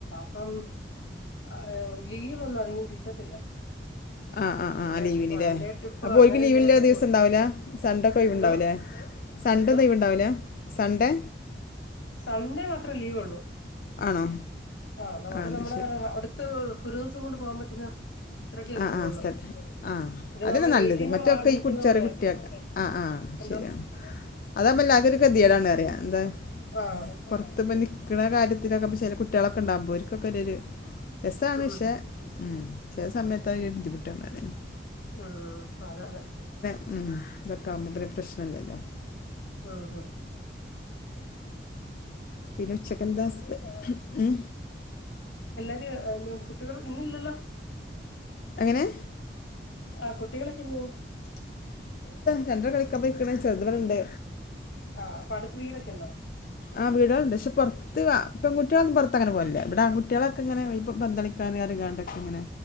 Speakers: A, on the left (about 85°); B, on the left (about 50°).
A: ഇപ്പം ആ ലീവൊന്നും അധികം കിട്ടത്തില്ല
B: ആ ആ
A: പിന്നെ
B: ആ ലീവില്ലില്ലേ
A: വൺ ഡേ ട്രിപ്പ്
B: അപ്പൊ
A: അങ്ങനെ
B: ഓരിക്ക് ലീവുള്ള
A: എന്തേലുമൊക്കെ
B: ദിവസം
A: പോ
B: ഉണ്ടാവില്ല സൺഡേ ഒക്കെ ഒഴിവ്
A: എന്തോ
B: ഉണ്ടാവൂല്ലേ സൺഡേ
A: എന്തോ
B: ഒന്നും ഒഴിവുണ്ടാവൂല്ല സൺഡേ
A: സൺഡേ മാത്രേ ലീവൊള്ളു
B: ആണോ
A: ആ അപ്പൊ
B: അത്
A: നമ്മുടെ
B: ശരി
A: അടുത്ത് ഒരു ദിവസം കൊണ്ട് പോവാൻ പറ്റുന്ന അത്രക്കേ
B: ആ
A: പോവുള്ളൂ
B: ആ സ്ഥല ആഹ്
A: ഇത്
B: അതല്ലേ
A: നമ്മള്
B: നല്ലത്
A: വീട്ടീന്ന്
B: മറ്റൊക്കെ
A: മാറി നിക്കുന്നോണ്ടേ
B: ഈ ചെറിയ കുട്ടിയോൾക്കാ
A: എന്തോ
B: ശരിയാണ് അതാവുമ്പോ എല്ലാവർക്കും ഒരു ഗതികേടാണെന്ന് പറയുക എന്താ
A: ആഹ്
B: പൊറത്തിപ്പ നിക്കണ കാര്യത്തിലൊക്കെ ഇപ്പോ ചെല കുട്ടികളൊക്കെ ഉണ്ടാകുമ്പോ ഓൾക്കൊക്കെ ഒരു ഒരു രസാണ്
A: ഉം
B: പക്ഷേ ഉം ചെല സമയത്ത് അവര് ബുദ്ധിമുട്ടാന്ന് പറയണൊണ്ട്
A: ആഹ് അപ്പൊ അതെ അതെ
B: ഉം ഇതൊക്കെ ആവുമ്പൊ പിന്നെ പ്രശ്നമില്ലല്ലോ
A: ആഹ് ആഹ്
B: പിന്നെ ഉച്ചക്കെന്താ സ്പെ ഉം
A: <unintelligible> കുട്ടികള് ഇന്നില്ലല്ലോ
B: എങ്ങനെ
A: ആ കുട്ടികളൊക്കെ <unintelligible>
B: വലുത് കളിക്കാം പോയിക്കണ്, ചെറുത് ഇവിടെ ഇണ്ട്
A: ആഹ് അപ്പൊ അടുത്ത് വീടൊക്കെയുണ്ടോ
B: ആ വീടകള് ഇണ്ട് പക്ഷെ പൊറത്ത് ആപെൺകൂടികളൊന്നും പൊറത്ത് അങ്ങനെ പോവലില്ല ഇവിടെ ആൺ കുട്ടിയാകളൊക്കെ ഇങ്ങെന പോർത് പന്തളി <unintelligible> ഇങ്ങനെ